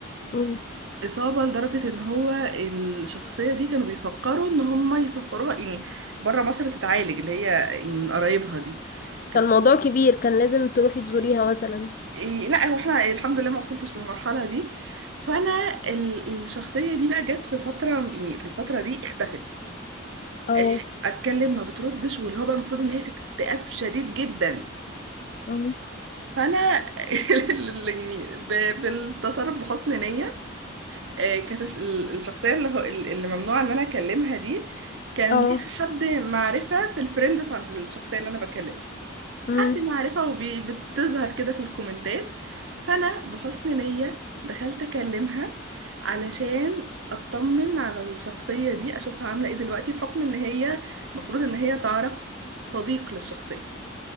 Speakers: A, on the left; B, on the right.
A: مم.
B: إصابة لدرجة إن هو الشخصية دي كانوا بيفكروا إن هم يسفروها يعني بره مصر تتعالج اللي هي يعني من قرايبها دي كانت
A: فالموضوع كبير كان لازم تروحي تزوريها مثلا
B: إيه، لا هو احنا الحمد لله ما وصلتش للمرحلة دي فانا ال- الشخصية دي بقى جت في فترة يعني في الفترة دي اختفت
A: اه
B: إيه، اتكلم ما بتردش واللي هو بقى المفروض ان هي في اكتئاب شديد جدا
A: مم.
B: فانا <laughs> اللي يعني ب- بالتصرف بحسن نية إيه، كانت الش- ال- الشخصية اللي هو ال- اللي ممنوع ان انا اكلمها دي كان
A: اه
B: ليها حد معرفة في الفريندز عند الشخصية اللي انا بكلمها
A: امم
B: حد معرفة وبتظهر كده في الكومنتات فأنا بحسن نية دخلت أكلمها علشان أطمن على الشخصية دي أشوفها عاملة إيه دلوقتي بحكم إن هي المفروض إن هي تعرف صديق للشخصية